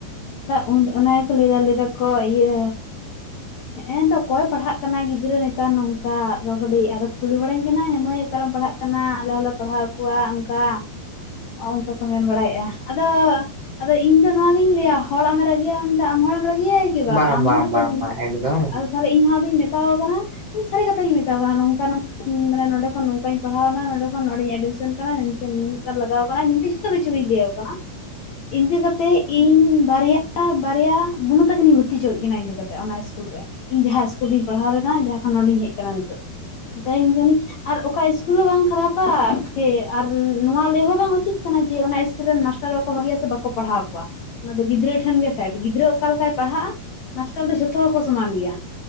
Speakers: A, on the left (about 60°); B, on the right (about 30°).
A: ᱚᱱ ᱚᱱᱟ ᱜᱮᱠᱚ ᱞᱟᱹᱭ ᱫᱟ ᱞᱟᱹᱭᱫᱟᱠᱚ ᱤᱭᱟᱹ ᱮᱱᱛᱚ ᱚᱠᱚᱭ ᱯᱟᱲᱦᱟᱜ ᱠᱟᱱᱟᱭ ᱜᱤᱫᱽᱨᱟᱹ ᱱᱮᱛᱟᱨ ᱱᱚᱝᱠᱟ ᱫᱚᱠᱚ ᱞᱟᱹᱭᱮᱜ-ᱟ ᱟᱫᱚ ᱠᱩᱞᱤ ᱵᱟᱲᱟᱧ ᱠᱟᱱᱟ ᱦᱮ ᱢᱟᱹᱭ ᱚᱠᱟᱨᱮᱢ ᱯᱟᱲᱦᱟᱜ ᱠᱟᱱᱟ ᱠᱟᱱᱟ ᱟᱞᱮ ᱦᱚᱞᱮ ᱯᱟᱲᱦᱟᱣ ᱠᱚᱣᱟ ᱚᱱᱠᱟ ᱚᱱᱠᱟ ᱠᱚ ᱢᱮᱱ ᱵᱟᱲᱟᱭᱮᱜᱼᱟ ᱟᱫᱚ ᱟᱫᱚ ᱤᱧ ᱫᱚ ᱱᱚᱣᱟᱜᱤᱧ ᱞᱟᱹᱭᱟ ᱦᱚᱲ ᱟᱢᱮ ᱨᱟᱹᱜᱤᱭᱟᱢᱟ ᱢᱮᱱᱛᱮ ᱟᱢ ᱦᱚᱲᱮᱢ ᱨᱟᱹᱜᱤᱭᱟᱭ ᱠᱤ
B: ᱵᱟᱝ
A: ᱟᱢ
B: ᱵᱟᱝ
A: ᱦᱚᱸ
B: ᱵᱟᱝ
A: ᱪᱮᱫ
B: ᱵᱟᱝ ᱮᱠᱫᱚᱢ
A: ᱟᱫᱚ ᱛᱟᱦᱚᱞᱮ ᱤᱧ ᱦᱚᱸ ᱟᱫᱚᱧ ᱢᱮᱛᱟᱣᱟ ᱠᱟᱱᱟ ᱤᱧ ᱥᱟᱹᱨᱤ ᱠᱟᱛᱷᱟ ᱜᱤᱧ ᱢᱮᱛᱟᱣ ᱠᱚ ᱠᱟᱱᱟ ᱱᱚᱝᱠᱟ ᱱᱚᱝᱠᱟ ᱢᱟᱱᱮ ᱱᱚᱸᱰᱮ ᱠᱷᱚᱱ ᱱᱚᱝᱠᱟᱧ ᱯᱟᱲᱦᱟᱣᱱᱟ ᱱᱚᱰᱮ ᱠᱷᱚᱱ ᱱᱚᱸᱰᱮᱧ ᱮᱰᱢᱤᱥᱚᱱ ᱠᱟᱱᱟ ᱱᱤᱝᱠᱟᱹ ᱱᱤᱱᱟᱹᱜ ᱞᱟᱜᱟᱣ ᱠᱟᱱᱟ ᱱᱤᱝᱠᱟᱹ ᱡᱷᱚᱛᱚ ᱠᱤᱪᱷᱩ ᱜᱤᱧ ᱞᱟᱹᱭᱟ ᱠᱚ ᱠᱟᱱᱟ ᱤᱱᱠᱟᱹ ᱠᱟᱛᱮᱜ ᱤᱧ ᱵᱟᱨᱭᱟ ᱵᱟᱨᱭᱟ ᱵᱩᱱᱩ ᱛᱟᱠᱤᱱᱤᱧ ᱵᱷᱩᱨᱛᱤ ᱦᱚᱪᱚᱠᱮᱜ ᱠᱤᱱᱟ ᱤᱱᱠᱟᱹ ᱠᱟᱛᱮᱫ ᱚᱱᱟ ᱤᱥᱠᱩᱞ ᱨᱮ ᱤᱧ ᱡᱟᱦᱟᱸ ᱤᱥᱠᱩᱞ ᱨᱤᱧ ᱯᱟᱲᱦᱟᱣ ᱞᱮᱱᱟ ᱡᱟᱦᱟᱸᱠᱷᱚᱱ ᱱᱚᱸᱰᱮᱧ ᱦᱮᱡ ᱠᱟᱱᱟ ᱱᱤᱛᱚᱜ ᱢᱮᱛᱟᱠᱤᱱ ᱠᱟᱹᱱᱟᱹᱧ ᱟᱨ ᱚᱠᱟ ᱤᱥᱠᱩᱞ ᱦᱚᱸ ᱵᱟᱝ ᱠᱷᱟᱨᱟᱯᱟ ᱥᱮ ᱟᱨ ᱱᱚᱣᱟ ᱞᱮᱦᱚᱸ ᱵᱟᱝ ᱩᱪᱤᱛ ᱠᱟᱱᱟ ᱡᱮ ᱚᱱᱟ ᱤᱥᱠᱩᱞ ᱨᱮᱱ ᱢᱟᱥᱴᱟᱨ ᱵᱟᱠᱚ ᱵᱷᱟᱜᱮᱭᱟ ᱥᱮ ᱵᱟᱠᱚ ᱯᱟᱲᱦᱟᱣ ᱠᱚᱣᱟ ᱚᱱᱟ ᱫᱚ ᱜᱤᱫᱽᱨᱟᱹ ᱴᱷᱮᱱ ᱜᱮ ᱯᱷᱮᱰ ᱜᱤᱫᱽᱨᱟᱹ ᱚᱠᱟ ᱞᱮᱠᱟᱭ ᱯᱟᱲᱦᱟᱜᱼᱟ ᱢᱟᱥᱴᱟᱨ ᱫᱚ ᱡᱷᱚᱛᱚ ᱦᱚᱸᱠᱚ ᱥᱚᱢᱟᱱ ᱜᱮᱭᱟ